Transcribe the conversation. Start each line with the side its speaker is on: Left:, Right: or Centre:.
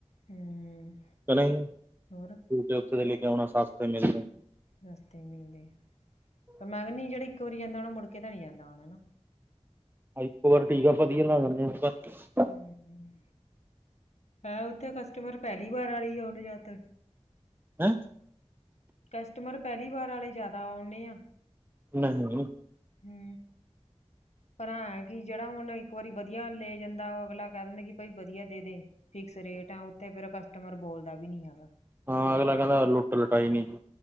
Left: ਹੂੰ
Right: ਕੇ ਨਈ,
Left: ਹੋਰ
Right: <unintelligible> ਓਥੇ ਦੇ ਲੈ ਕੇ ਆਉਣਾ ਸੱਸ ਨੇ ਮੇਰੀ ਨੇ।
Left: ਰਸਤੇ ਮਿਲਦੇ ਪਰ ਮੈਂ ਕਹਨੀ ਜੇੜੀ ਇੱਕ ਵਾਰੀ ਜਾਂਦਾ ਮੁੜਕੇ ਤਾਂ ਨੀ ਜਾਂਦਾ ਹੋਣਾ ਨਾ।
Right: ਅਹ ਇੱਕੋ ਵਾਰ ਟੀਕਾ ਵਧੀਆ ਲਾ ਦੇਂਦੇ ਆਂ। <unintelligible>
Left: ਹੂੰ ਹੈਂ ਓਥੇ ਕਸਟਮਰ ਪਹਿਲੀ ਵਾਰ ਵਾਲੇ ਆਉਣ ਯਿਆਤਰ
Right: ਹੈਂ‌?
Left: ਕਸਟਮਰ ਪਹਿਲੀ ਵਾਰ ਆਲੇ ਜਾਦਾ ਆਉਨੇ ਆ।
Right: ਨਹੀਂ।
Left: ਹੂੰ ਪਰ ਆ ਐ ਕਿ ਜੇੜਾ ਹੁਨ ਇੱਕ ਵਾਰੀ ਵਧੀਆ ਲੈ ਜਾਂਦਾ, ਓ ਅਗਲਾ ਕਹਿ ਦਿੰਦਾ ਕਿ ਭਾਈ ਵਧੀਆ ਦੇਦੇ। ਫਿਕਸ ਰੇਟ ਆ, ਓਥੇ ਫੇਰ ਕਸਟਮਰ ਬੋਲਦਾ ਵੀ ਨੀ ਹੈਗਾ।
Right: ਹਾਂ ਅਗਲਾ ਕਹਿੰਦਾ ਲੁੱਟ ਲੁਟਾਈ ਨੀ ਜੀ।